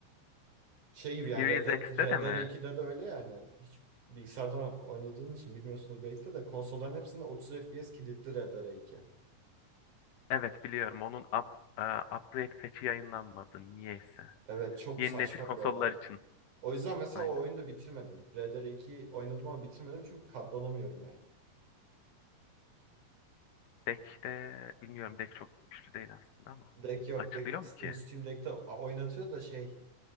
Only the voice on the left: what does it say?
Series
X'te
de
mi?
Evet biliyorum. Onun up, e, upgrade patch'i yayınlanmadı. Niyeyse.
Yeni
nesil konsollar
için.
Aynen.
Deck de bilmiyorum. Deck çok güçlü değil aslında ama.
Açılıyor
mu
ki?